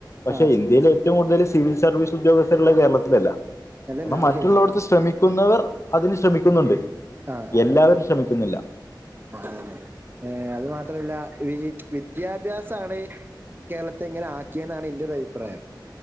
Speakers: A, on the left (about 40°); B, on the right (about 25°).
A: പക്ഷെ
B: ആ
A: ഇന്ത്യയിൽ ഏറ്റവും കൂടുതൽ സിവിൽ സർവീസ് ഉദ്യോഗസ്ഥരുള്ള കേരളത്തിലല്ല
B: അല്ലല്ല
A: ങ്ങനെ മറ്റുള്ളവടത്ത്
B: അത് ശരിയാണ്
A: ശ്രമിക്കുന്നവർ അതിന് ശ്രമിക്കുന്നുണ്ട്
B: ആഹ
A: എല്ലാവരും ശ്രമിക്കുന്നില്ല
B: അതല്ലെ ഏർ അത് മാത്രല്ല വിദ്യാഭ്യാസാണ് കേരളത്തെ എങ്ങനെ ആക്കിയെന്നാണ് എന്റെറെ ഒരു അഭിപ്രായം